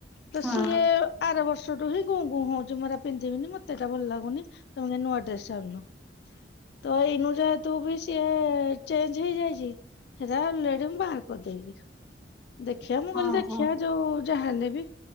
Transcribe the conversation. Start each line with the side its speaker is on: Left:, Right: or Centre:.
Left: ତ
Centre: ହଁ
Left: ସିଏ ଆର ବର୍ଷ ୁ ହଁ ଗୁଁ ଗୁଁ ହଉଛି ମୁଁ ଏରା ପିନ୍ଧିବିନି ମତେଟା ଭଲ ଲାଗୁନି ତମେ ନୂଆ ଡ୍ରେସ ଆଣନ ତ ଏଇନୁ ଯେହେତୁ ବି ସିଏ ଚେଞ୍ଜ ହେଇଯାଇଛି ସେଟା <inaudible> ମୁଁ ବାହାର କରିଦେଇଛିି ଦେଖିଆ ମୁଁ
Centre: ହଁ
Left: କହିଲି ଦେଖିଆ
Centre: ହଁ
Left: ଯୋଉ ଯାହା ହେଲେ ବି